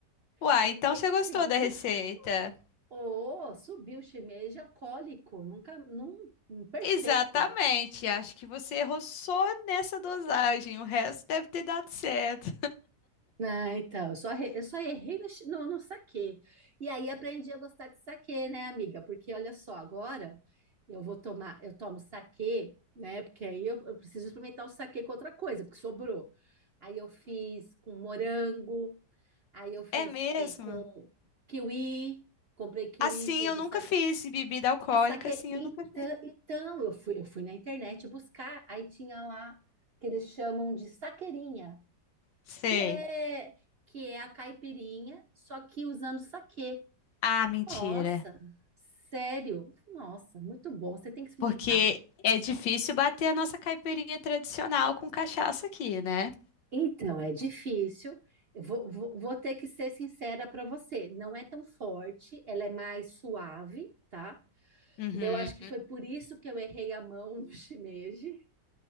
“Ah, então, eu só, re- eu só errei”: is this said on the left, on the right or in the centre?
Right